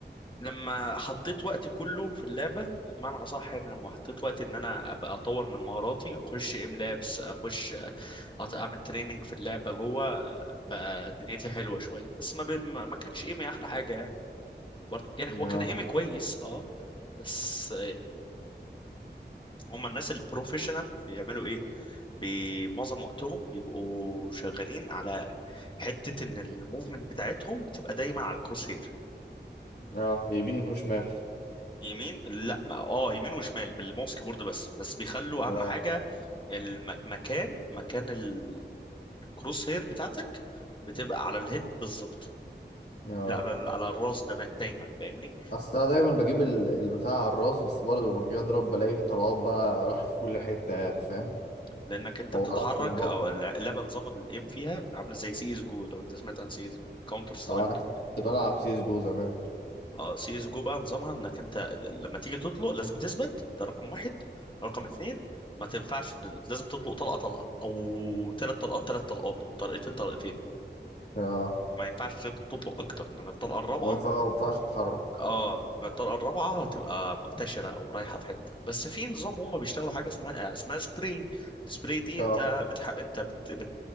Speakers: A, on the left (about 25°); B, on the left (about 65°).
A: لما حطيت وقت كله في اللعبه بمعنى اصح يعني لما حطيت وقت ان انا ابقى اطور من مهاراتي اخش ام لابس اخش أط- اعمل تريننج في اللعبه جوه بقى دنيتي حلوه شويه بس ما ب... ما ما كانش ايمي احلى حاجه يعني برضه يعني
B: اه
A: هو كان ايمي كويس اه بس هم الناس البروفيشنال بيعملوا ايه بي- معظم وقتهم بيبقوا شغالين على حتة ان الموفمنت بتاعتهم بتبقى دايما على الكروسير
B: اه يمين وشمال
A: يمين لا ما اه يمين وشمال بالماوس كيبورد بس بس بيخلوا اهم
B: اه
A: حاجة المكان مكان الكروس هير بتاعتك بتبقى على الهيد بالظبط
B: اه
A: على ال- على الراس ده دايما فاهمني
B: اصل انا دايما بجيب ال- البتاع على الراس بس برضه لما باجي اضرب بلاقي الطلبات بقى راحت في كل حته يعني فاهم
A: لانك انت
B: ما
A: بتتحرك
B: بعرفش اظبط
A: او اللعبه نظام الايم فيها عامله زي سي اس جو لو انت سمعت عن سي اس كاونتر سترايك
B: اه انا كنت بلعب سيس جو زمان
A: اه سي اس جو بقى نظامها انك انت ل- لما تيجي تطلق لازم تثبت ده رقم واحد رقم اتنين ما تنفعش لازم تطلق طلقه طلقه او ثلاث طلقات ثلاث طلقات او طلقتين طلقتين
B: اه
A: ما ينفعش تط- تطلق اكتر لان الطلقه الرابعه
B: وما ينفع- ما ينفعش تتحرك
A: اه ما الطلقه الرابعه هتبقى منتشره او رايحه في حته بس في نظام هم بيشتغلوا حاجه اسمها اسمها سبراي السبراي دي
B: اه
A: انت بتح... انت بت...